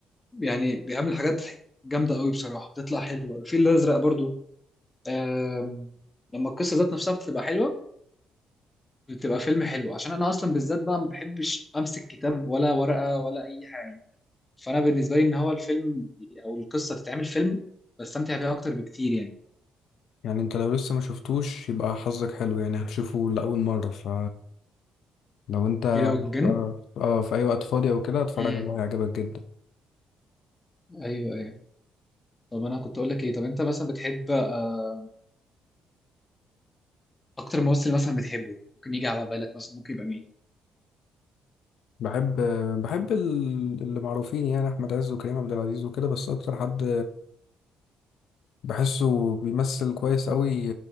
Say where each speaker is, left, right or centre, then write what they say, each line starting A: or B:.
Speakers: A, on the left; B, on the left.
A: يعني بيعمل حاجات جامده قوي بصراحه بتطلع حلوه الفيل الازرق برضو آم، لما القصه ذات نفسها بتبقى حلوه بتبقى فيلم حلو عشان انا اصلا بالذات بقى ما بحبش امسك كتاب ولا ورقه ولا اي حاجه فانا بالنسبه لي ان هو الفيلم او القصه تتعمل فيلم بستمتع بيها اكتر بكتير يعني
B: يعني انت لو لسه ما شفتوش يبقى حظك حلو يعني هتشوفه لاول مرة ف لو انت
A: كيرة والجن
B: اه اه في اي وقت فاضي او كده اتفرج
A: امم
B: عليه هيعجبك جدا
A: ايوه ايوه طب انا كنت اقول لك ايه طب انت مثلا بتحب آه، اكتر ممثل مثلا بتحبه ممكن يجي على بالك مثلا ممكن يبقى مين
B: بحب بحب ال- اللي معروفين يعني احمد عز وكريم عبد العزيز وكده بس اكتر حد بحسه بيمثل كويس قوي